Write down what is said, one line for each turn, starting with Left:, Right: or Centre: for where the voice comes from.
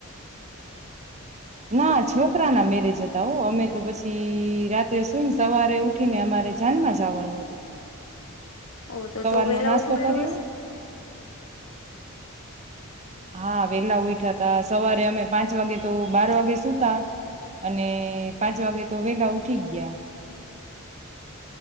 Right: ના છોકરા ના મેરેજ હતા હો અમે તો પછી રાત્રે સુઈને સવારે ઉઠીને અમારે જ્યાાનમાં જવાનું હતું.
Left: ઓ તો
Right: સવારનો
Left: તો વેલા
Right: નાસ્તો
Left: ઉઠવાયળું
Right: કર્યો
Left: હશે.
Right: હા વેલા ઉઠા ત સવારે અમે પાંચ વાગે તો બાર વાગે સુતા અને પાંચ વાગે તો વેલા ઉઠી ગયા.